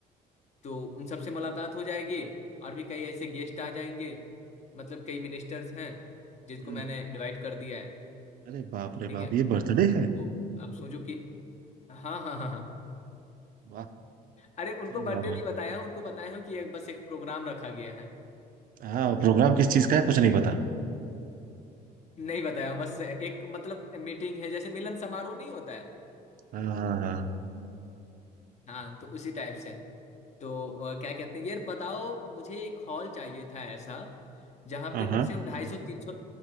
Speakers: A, on the left; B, on the right.
A: तो उन सब से मुलाकात हो जाएगी और भी कई ऐसे गेस्ट आ जाएंगे मतलब कई मिनिस्टर्स हैं जिसको
B: हम्म
A: मैंने इनवाइट कर दिया है
B: अरे बाप रे
A: ठीक
B: बाप
A: है
B: ये बर्थडे है
A: तो आप सोचो कि हाँ हाँ हाँ हाँ
B: वाह
A: अरे उनको
B: सही
A: बर्थडे
B: यार
A: नहीं बताया हूँ उनको बताया हूँ कि एक बस एक प्रोग्राम रखा गया है
B: हाँ प्रोग्राम किस चीज का है कुछ नहीं पता
A: नहीं बताया हूँ बस एक मतलब मीटिंग है जैसे मिलन समारोह नहीं होता है
B: हाँ हाँ हाँ
A: हाँ तो उसी टाइप से तो अ, क्या कहते हैं यार बताओ मुझे एक हॉल चाहिए था ऐसा जहाँ
B: हाँ
A: पे कम
B: हाँ,
A: से कम ढाई सौ तीन सौ